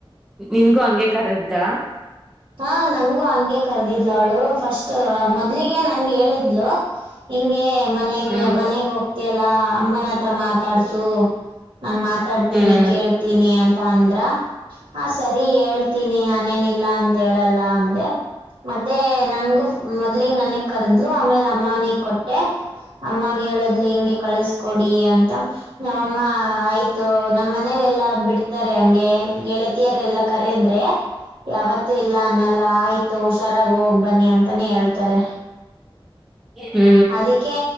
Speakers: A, in the centre; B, on the right (about 65°).
A: ನಿನ್ಗೂ ಹಂಗೆ ಕಾರ್ಡ್ರ
B: ಹಾ ನಂಗೂ ಹಂಗೆ ಕರ್ದಿದ್ಲ ಅವ್ಳು ಫಸ್ಟ್ ಮೊದ್ಲಿಗೆ ನಂಗ ಹೇಳಿದ್ಲು ಹಿಂಗೆ ಮನೆಗ್
A: ಹ್ಮ್
B: ಮನೆಗ್ ಹೋಗ್ ತ್ಯಲ್ಲಾ ಅಮ್ಮನ ಹತ್ರ ಮಾತಾಡ್ಸು ನಾನ್ ಮಾತಾಡ್ತೀನಿ
A: ಹ್ಮ್
B: ಕೇಳ್ತೀನಿ ಅಂತ ಅಂದ್ರ ಹ ಸರಿ ಹೇಳ್ತೀನಿ ನಾನೇನಿಲ್ಲ ಅಂತ ಹೇಳಲ್ಲ ಅಂದೆ ಮತ್ತೆ ನಂಗು ಮೊದ್ಲಗ್ ನನಗ್ ಕರ್ದ್ಲು ಆಮೇಲೆ ಅಮ್ಮನಿಗ್ ಕೊಟ್ಟೆ ಅಮ್ಮಾಗ ಹೇಳದ್ಲು ಹಿಂಗೆ ಕಳಸ್್ಕೊಡಿ ಅಂತ ನಮ್ಮಮ್ಮ ಆಯ್ತು ನಮ್ಮನೆ ಮನೇಲೆ ಎಲ್ಲಾ ಬಿಡ್ತಾರೆ ಹಂಗೆ ಗೆಳತಿಯರ್ ಎಲ್ಲಾ ಕರದ್ರೆ ಯಾವತ್ ಇಲ್ಲ ಅನ್ನಲ್ಲ ಆಯ್ತು ಹುಷರಾಗ ಹೋಗ್ ಬನ್ನಿ ಅಂತಾನೇ ಹೇಳ್ತಾರೆ
A: ಹೂ
B: ಅದಕ್ಕೆ